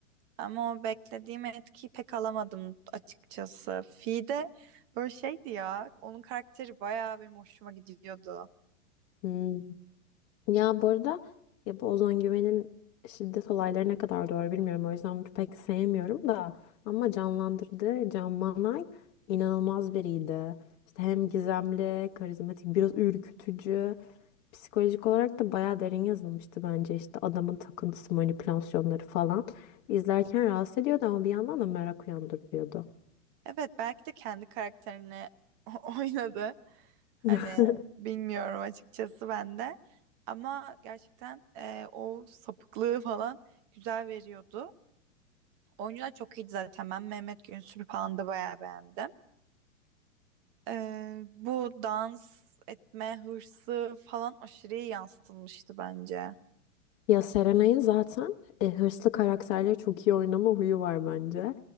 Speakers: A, on the right (about 40°); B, on the left (about 40°).
A: Ama o beklediğim etkiyi pek alamadım açıkçası. Fi'de böyle şeydi ya. Onun karakteri bayağı benim hoşuma gidiyordu.
B: Hmm. Ya bu arada ya bu Ozan Güven'in şiddet olayları ne kadar doğru bilmiyorum. O yüzden pek sevmiyorum da. Ama canlandırdığı Can Manay inanılmaz biriydi. İşte hem gizemli, karizmatik, biraz ürkütücü. Psikolojik olarak da bayağı derin yazılmıştı bence işte adamın takıntısı, manipülasyonları falan. İzlerken rahatsız ediyordu ama bir yandan da merak uyandırıyordu.
A: Evet belki de kendi karakterini <laughs> oynadı. Hani
B: <laughs>
A: bilmiyorum açıkçası ben de. Ama gerçekten e, o sapıklığı falan güzel veriyordu. Oyuncular çok iyiydi zaten. Ben Mehmet Günsür'ü falan da bayağı beğendim. E, bu dans etme hırsı falan aşırı iyi yansıtılmıştı bence.
B: Ya Serenay'ın zaten e, hırslı karakterleri çok iyi oynama huyu var bence.